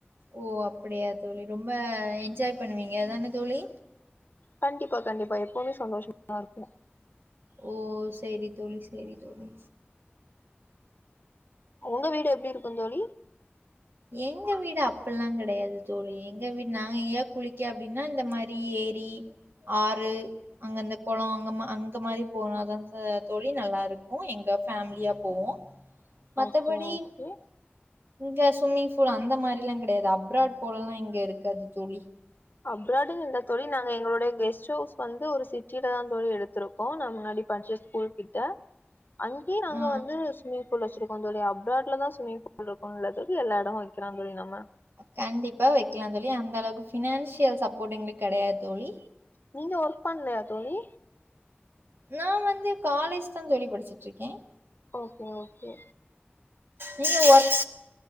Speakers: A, on the right; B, on the left.
A: ஓ அப்படியா தோழி ரொம்ப என்ஜாய் பண்ணுவீங்க தானே தோழி
B: கண்டிப்பா கண்டிப்பா எப்பவுமே சந்தோஷமா தான் இருக்கும்
A: ஓ செரி தோழி செரி தோழி
B: உங்க வீடு எப்படி இருக்கும் தோழி
A: எங்க வீடு அப்டிலாம் கெடையாது தோழி எங்க வீட்டு நாங்க எங்கயா குளிக்க அப்படின்னா இந்த மாரி ஏரி ஆறு அங்கந்த குளம் அ அங்க மாரி போன தான் தோழி நல்லா இருக்கும் எங்க ஃபேமிலியா போவோம் மத்தபடி
B: ஓகே ஓகே
A: இங்க ஸ்விம்மிங் பூல் அந்த மாரிலாம் கெடையாது அப்ராட் போல எல்லாம் இங்க இருக்காது தோழி
B: அப்ராடுன்னு என்ற தோழி நாங்க எங்களுடைய கெஸ்ட் ஹவுஸ் வந்து ஒரு சி கீழ தான் தோழி எடுத்துருக்கோம் முன்னாடி படிச்ச குறிப்பிட்ட அங்கேயே நாங்க
A: ஆ
B: வந்து ஸ்விமிங் ஃபூல் வச்சிருக்கோம் நம்முடைய அப்ராடல தான் ஸ்ம்மிங் ஃபூல் இருக்கும்னுல்ல எல்லா இடமும் வைக்கிறோம் தோழி நம்ம
A: கண்டிப்பா வைக்கலாம் தோழி அந்த அளவுக்கு ஃபினான்சியல் சப்போர்ட் எங்களுக்கு கிடையாது தோழி
B: நீங்க ஒர்க் பண்ணலயா தோழி
A: நான் வந்து காலேஜ் தான் தோழி படிச்சிட்டு இருக்கேன்
B: ஓக்கே ஓக்கே
A: நீங்க ஒர்க்